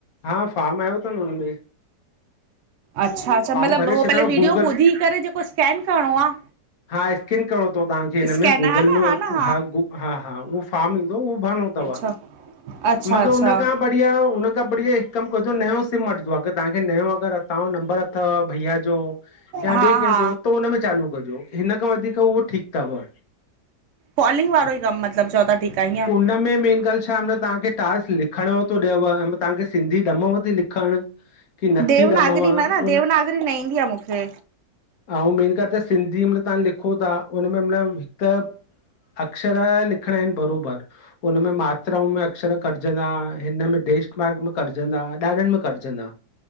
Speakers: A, on the left; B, on the right.
A: हा, फार्म आयो तव न हुन में।
B: अच्छा अच्छा मतलब
A: भरे
B: उहो
A: छॾियो
B: पहले वीडियो
A: गूगल
B: ॿुधी करे जेको स्कैन करणो आ।
A: हा स्केन करणो तव तव्हांखे हिन
B: स्कैन
A: में गूगल
B: हा न
A: में
B: न
A: हा हा हा उहो फॉम ईंदो उहो भरणो तव।
B: <inaudible> अच्छा
A: मगर
B: अच्छा
A: हुनख खां बढ़िया हुन खां बढ़िया हिक कम कजो नयो सिम वठिजो अगर तव्हांखे नयों अगर‌ अकाउंट नंबर अथव भईया जो या
B: हा
A: बिए कंहिंजो
B: हा
A: उन में चालू कजो हिन खां वधीक उहो ठीक तव।
B: कॉलिंग वारो ई कम मतलब चओ ता ठीक आ ईंय।
A: हिनमें मेन ॻाल्हि छा मतलब तव्हांखे टास्क लिखण यो थो ॾेव हिनमे तव्हांखे सिंधी ॾमेव थी लिखण। की नथी
B: देवनागरी
A: ॾमेव।
B: में न देवनागरी
A: उन
B: न ईंदी आ मूंखे।
A: अउ मेन ॻाल त सिंधी मतलब तव्हां लिखो था हुनन में मतलब हिक अक्षर लिखणा आहिन बरोबर। हुन में मात्राऊं में अक्षर कटजंदा, हिन में टेस्ट में कटजंदा ॾाढनि में कटजंदा